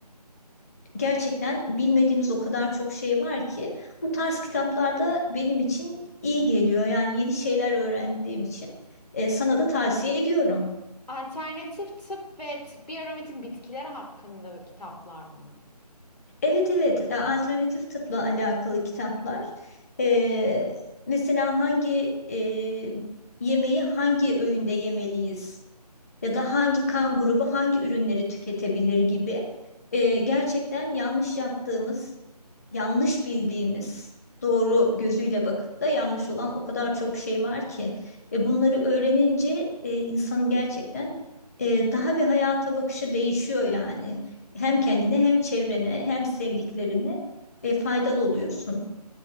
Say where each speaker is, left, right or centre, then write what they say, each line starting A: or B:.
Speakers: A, on the left (about 25°); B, on the left (about 75°).
A: gerçekten bilmediğimiz o kadar çok şey var ki bu tarz kitaplarda benim için iyi geliyor. Yani yeni şeyler öğrendiğim için e, sana da tavsiye ediyorum.
B: Alternatif tıp ve tıbbi aromatik bitkiler hakkında kitaplar mı?
A: Evet evet e, alternatif tıpla alakalı kitaplar. E, mesela hangi e, yemeği hangi öğünde yemeliyiz ya da hangi kan grubu hangi ürünleri tüketebilir gibi. E, gerçekten yanlış yaptığımız yanlış bildiğimiz doğru gözüyle bakıp da yanlış olan o kadar çok şey var ki ve bunları öğrenince e, insanın gerçekten e, daha bir hayata bakışı değişiyor yani. Hem kendine hem çevrene hem sevdiklerine e, faydalı oluyorsun.